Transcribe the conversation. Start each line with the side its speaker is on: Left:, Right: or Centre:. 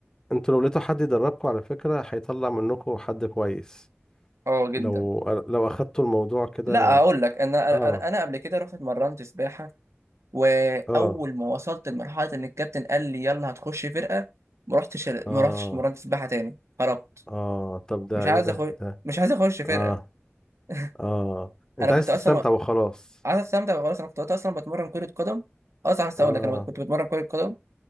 Left: انتوا لو لقيتوا حد يدربكم على فكرة هيطلع منكم حد كويس
Right: اه جدا
Left: لو لو اخدتوا الموضوع كده
Right: لا اقول لك انا
Left: اه
Right: انا أنا قبل كده رحت اتمرنت سباحه واول
Left: اه
Right: ما وصلت لمرحله ان الكابتن قال لي يلا هتخش فرقه ما رحتش ما
Left: اه
Right: رحتش اتمرنت سباحه تاني هربت
Left: اه طب ده
Right: مش عايز
Left: ايه ده
Right: اخش
Left: ده
Right: مش عايز اخش فرقه
Left: اه
Right: <laughs>
Left: اه انت
Right: انا
Left: عايز
Right: كنت اصلا
Left: تستمتع
Right: و-
Left: وخلاص
Right: عايز استمتع وخلاص انا كنت وقتها اصلا بتمرن كره قدم اصلا عايز
Left: اه
Right: اقول لك انا كنت بتمرن كره قدم